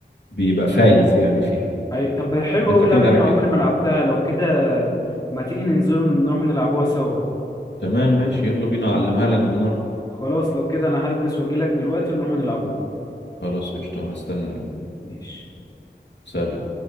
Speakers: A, on the left; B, on the left.
A: بيبقى فايز يعني فيها
B: ايوه طب حلو
A: هي
B: قوي
A: بتعتمد
B: اللعبة دي
A: على
B: انا
A: كده
B: عمري ما لعبتها لو كده ما تيجي ننزلوا نروح نلعبوها سوا
A: تمام ماشي يلا بينا اعلمها لك بالمرة
B: خلاص لو كده انا هلبس واجيلك دلوقتي ونروح نلعبوها
A: خلاص قشطة هستناك
B: ماشي
A: سلام